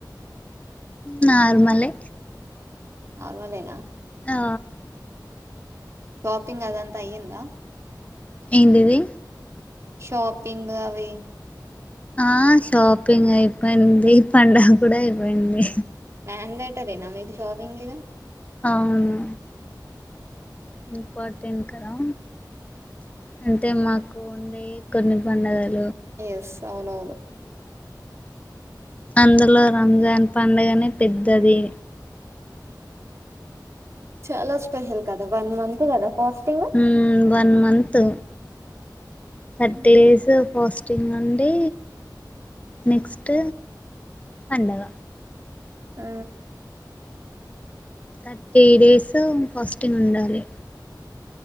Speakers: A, on the left (about 20°); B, on the right (about 40°).
A: నార్మలే
B: నార్మల్ యేన
A: ఆ
B: షాపింగ్ అదంతా అయ్యిందా
A: ఏ దదీ
B: షాపింగ్ అవే
A: ఆ షాపింగ్ అయిపోయింది పండుగ కూడా అయిపోయింది
B: ప్యాన్ లైటరే నా మీది షాపింగ్ ఇగా
A: అవును ఇంపార్టెంట్ కదా అంటే మాకు ఉండే కొన్ని పండుగలు
B: ఎస్ అవునవును
A: అందులో రంజాన్ పండగనే పెద్దది
B: చాలా స్పెషల్ కదా వన్ మంత్ కదా ఫాస్టింగ్
A: హ్మ్మ్ వన్ మంత్ థర్టీ
B: ఉమ్.
A: డేస్ పోస్ హ టింగ్ అండి నెక్స్ట్ పండగ
B: ఆ
A: థర్టీ డేస్ ఫాస్టింగ్ ఉండాలి